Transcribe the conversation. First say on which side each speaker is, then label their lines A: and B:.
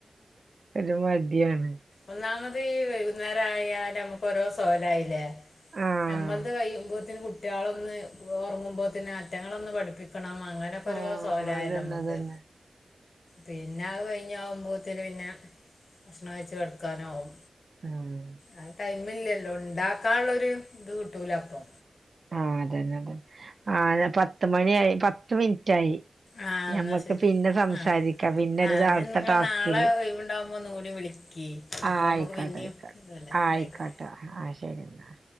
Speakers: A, on the right; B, on the left.
A: ഒരു മടിയാണ്.
B: ഒന്നാമത് ഈ വൈകുന്നേരയാല് നമുക്കേരോ സോലായിലെ.
A: ആഹ്
B: നമ്മൾത് കഴിയുമ്പോത്തിന് കുട്ടൃളൊന്ന് ഒർങ്ങുമ്പോത്തിന് അറ്റങ്ങളൊന്ന് പഠിപ്പിക്കണം അങ്ങനെ പിന്നെപ്പൊരോ
A: ആഹ്
B: സോലായല്ലോ
A: അതന്നെ
B: മ്മക്ക്
A: അതന്നെ
B: പിന്നത് കഴിഞ്ഞാവുമ്പോത്തിന് പിന്നെ ഭക്ഷണം കഴിച്ച് കെടക്കാനാവും
A: ആഹ്
B: അഹ് ടയ്മില്ലല്ലോ ണ്ടാക്കാള്ളൊരുത് കിട്ടൂലപ്പൊ.
A: ആഹ് തെന്നെ തെന്നെ ആ പത്ത് മണിയായി പത്ത് മിൻറ്റായി.
B: ആ
A: നമ്മക്ക്
B: എന്നാൽ ശരി
A: പിന്നെ സംസാരിക്കാ
B: ആ
A: പിന്നെരുതാ
B: ആ ഇനി
A: അട്ത്ത
B: നിങ്ങൾ
A: ടാസ്കില്.
B: നാളെ ഒഴിവുണ്ടാകുമ്പോൾ ഒന്നുകൂടി വിളിക്ക് അപ്പം
A: ആഹ്
B: നമുക്ക്
A: അയ്ക്കേട്ടെ
B: പിന്നെയും
A: അയ്ക്കേട്ടെ
B: ഇതല്ലേ
A: ആ
B: എന്നാ
A: അയക്കേട്ടെ
B: ആയിക്കോട്ടെ
A: ആഹ് ശെരി ന്നാൽ.